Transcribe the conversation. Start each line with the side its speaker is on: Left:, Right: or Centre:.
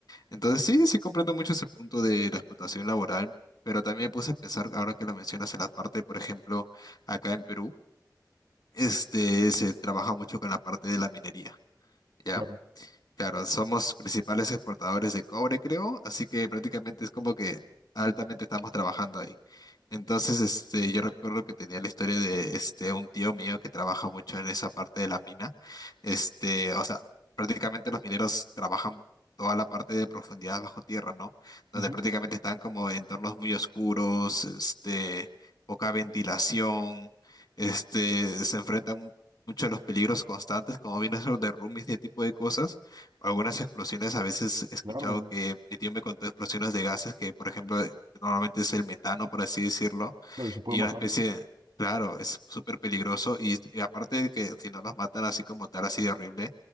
Left: Entonces sí, sí comprendo mucho ese punto de la explotación laboral, pero también me puse a pensar, ahora que lo mencionas en la parte, por ejemplo, acá en Perú, este, se trabaja mucho con la parte de la minería, ¿ya?
Right: Claro,
Left: Claro, somos principales exportadores de cobre, creo, así que prácticamente es como que altamente estamos trabajando ahí. Entonces, este, yo recuerdo que tenía la historia de este un tío mío que trabaja mucho en esa parte de la mina. Este, o sea, prácticamente los mineros trabajan toda la parte de profundidad bajo tierra, ¿no? Donde
Right: ujú,
Left: prácticamente están como en entornos muy oscuros, este, poca ventilación, este, se enfrentan mucho a los peligros constantes, como viene a ser derrumbes y ese tipo de cosas algunas explosiones, a veces he escuchado
Right: Claro,
Left: que mi tío me contó explosiones de gases que, por ejemplo, eh, normalmente es el metano, por así decirlo,
Right: claro, y se puede
Left: y
Right: matarlos.
Left: una especie, claro, es súper peligroso y, y aparte de que si no nos matan así como tal, así de horrible,